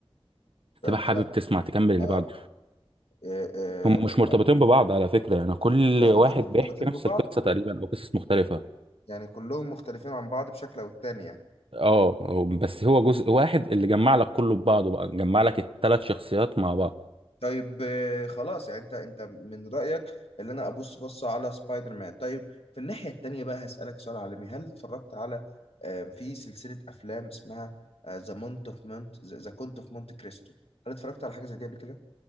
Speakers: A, on the left; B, on the right.
A: تمام.
B: تبقى حابب تسمع تكمل اللي
A: آه،
B: بعده
A: آه، آه،
B: هم مش مرتبطين ببعض على فكره يعني كل
A: كلهم
B: واحد
A: <laughs> مرتبطين
B: بيحكي نفس
A: ببعض
B: القصه تقريبا او قصص مختلفه
A: يعني كلهم مختلفين عن بعض بشكل او التاني يعني
B: اه هو- بس هو جزء واحد اللي جمع لك كله ببعضه بقى جمع لك الثلاث شخصيات مع بعض
A: طيب آه، خلاص يعني انت انت من رأيك اللي انا ابص بصة على سبايدر مان طيب في الناحية التانية بقى هسألك سؤال عالمي هل اتفرجت على آه، في سلسلة افلام اسمها ذا مونت اوف مونت ذا كونت اوف مونت كريستو هل اتفرجت على حاجة زي دي قبل كده